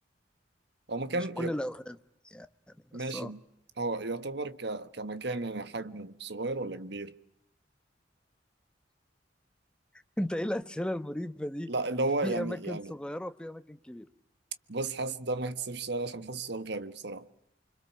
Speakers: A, on the right (about 65°); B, in the centre.
A: هو مكان
B: مش كل
A: ي...
B: الاوقات يعني
A: ماشي
B: بس اه
A: هو يعتبر ك... كمكان يعني حجمه صغير ولا كبير
B: <laughs> انت ايه الاسئلة المريبة دي
A: لا اللي هو
B: في
A: يعني
B: اماكن
A: يعني
B: صغيرة وفي اماكن كبيرة
A: بص حاسس ده ما يحتسبش سؤال عشان حاسس سؤال غبي بصراحة